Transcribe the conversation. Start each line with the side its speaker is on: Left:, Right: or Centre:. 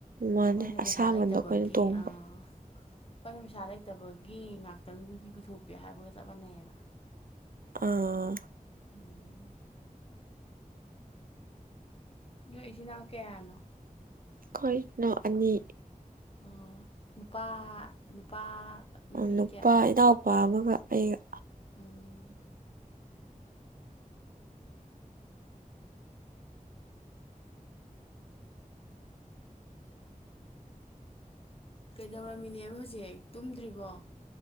Right: ꯃꯥꯅꯦ
Left: ꯑꯩꯈꯣꯏꯅ
Right: ꯑꯁꯥꯃꯟꯗꯣ
Left: ꯄꯩꯁꯥ ꯂꯩꯇꯕꯒꯤ
Right: ꯑꯩꯈꯣꯏꯅ ꯇꯣꯡꯕ
Left: ꯑ ꯑꯩꯈꯣꯏꯅ ꯄꯩꯁꯥ ꯂꯩꯇꯕꯒꯤ ꯉꯥꯛꯇꯪꯗꯨꯒꯤ ꯄꯨꯊꯣꯛꯄꯤꯌꯨ ꯍꯥꯏꯕꯒ ꯆꯞ ꯃꯥꯟꯅꯩꯌꯦꯗ
Right: ꯑꯥ
Left: ꯎꯝ ꯅꯣꯏ ꯏꯆꯤꯟ ꯏꯅꯥꯎ ꯀꯌꯥꯅꯣ
Right: ꯑꯩꯈꯣꯏꯅ ꯑꯅꯤ
Left: ꯑꯣ ꯅꯨꯄꯥ ꯅꯨꯄꯥ ꯅꯨꯄꯤ
Right: ꯅꯨꯄꯥ
Left: ꯀꯌꯥ ꯀꯃꯥꯏꯅ
Right: ꯏꯅꯥꯎꯄꯥ ꯑꯃꯒ ꯑꯩꯒ
Left: ꯎꯝ ꯀꯩꯗꯧꯔꯝꯃꯤꯅꯦꯕ ꯍꯧꯖꯤꯛ ꯇꯨꯝꯗ꯭ꯔꯤꯕꯣ